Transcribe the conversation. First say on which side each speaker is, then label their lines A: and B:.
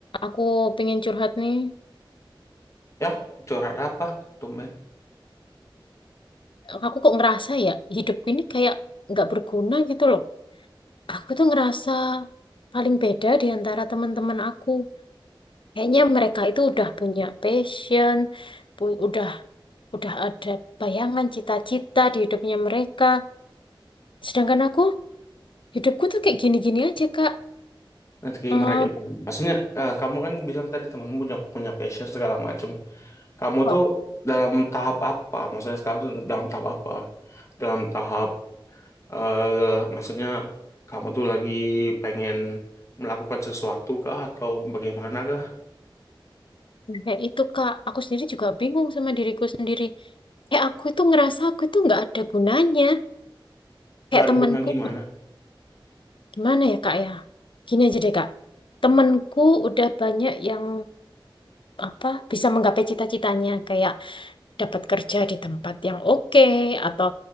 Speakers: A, on the left; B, on the left.
A: Aku pengen curhat nih.
B: Ya, curhat apa, Tumben?
A: Aku kok ngerasa ya hidupku ini kayak nggak berguna gitu loh. Aku tuh ngerasa paling beda di antara teman-teman aku. Kayaknya mereka itu udah punya passion, pu- udah udah ada bayangan cita-cita di hidupnya mereka. Sedangkan aku, hidupku tuh kayak gini-gini aja, Kak.
B: Nanti kayak
A: Eh,
B: gimana kayak gimana? Maksudnya, eh, kamu kan bilang tadi temanmu punya punya passion segala macem. Kamu
A: beberapa.
B: tuh dalam tahap apa? Maksudnya sekarang tuh dalam tahap apa? Dalam tahap, eh maksudnya kamu tuh lagi pengen melakukan sesuatu kah atau bagaimana kah?
A: Nah, kayak itu, Kak. Aku sendiri juga bingung sama diriku sendiri. Kayak aku itu ngerasa aku itu nggak ada gunanya. Kayak
B: Gak ada
A: temanku
B: guna gimana?
A: Gimana ya Kak ya? Gini aja deh Kak. Temenku udah banyak yang apa bisa menggapai cita-citanya kayak dapat kerja di tempat yang oke atau